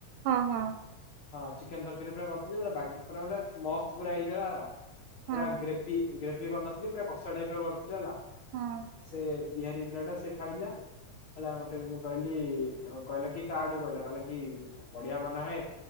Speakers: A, on the right (about 80°); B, on the left (about 60°).
A: ହଁ ହଁ।
B: ହଁ ଚିକେନ୍ ତରକାରୀ ପୁରା କରିଥିଲି ପୁର ପୁରା ମାନେ ମସ୍ତ ପୁରା ହେଇଥିଲା ହେଲା।
A: ହଁ
B: ପୁରା ଗ୍ରେପି ଗ୍ରେଭି କରିନଥିଲି ପୁରା କଷା ଟାଇପିର କରିଥିଲି ହେଲା।
A: ହଁ।
B: ସେ ବିହାରୀ ପିଲାଟା ସେଖାଇଲା ହେଲା ମତେ ମୁକହିଲି କହିଲାକି ତାଠୁ କହିଲା କହିଲାକି ବଢ଼ିଆ ବନାହେ